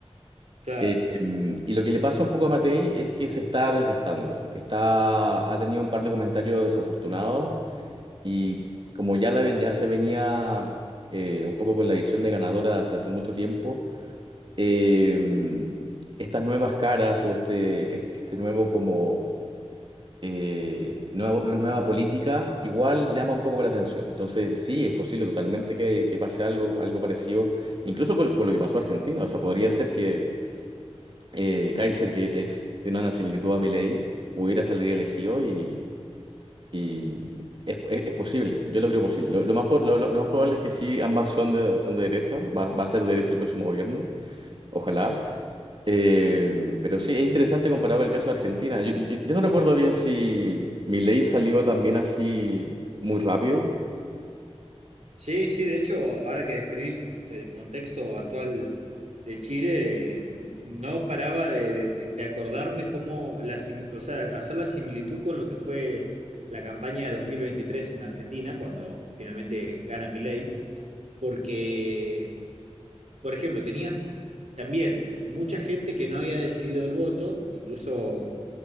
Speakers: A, on the right; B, on the right.
A: claro.
B: Eh, em, y lo que le pasa un poco a Matei es que se está desgastando. Está, ha tenido un par de comentarios desafortunados y como ya, la- ya se venía eh, un poco con la visión de ganadora desde hace mucho tiempo, em, estas nuevas caras o este, e- este nuevo como eh, nuevo- nue- nueva política igual llama un poco la atención. Entonces, sí, es posible totalmente que, que pase algo, algo parecido, incluso con, lo con lo que pasó a Argentina. O sea, podría ser que eh, Kaiser, que es, tiene una similitud a Milei, pudiera salir elegido y, y es, es- es posible. Yo lo creo posible. Lo, lo más, po- lo, lo- lo más probable es que sí, ambas son de, son de derecha. Va, va a ser de derecha el próximo gobierno. Ojalá. Eh, pero sí, es interesante comparado el caso de Argentina. Yo, yo- yo no recuerdo bien si ley salió también así muy rápido.
A: Sí, sí, de hecho, ahora que describís el contexto actual de Chile, eh, no paraba de, de- de acordarme cómo, la, sim- o sea, hacer la similitud con lo que fue la campaña de 2023 en Argentina, cuando finalmente gana Milei, porque por ejemplo, tenías también mucha gente que no había decidido el voto, incluso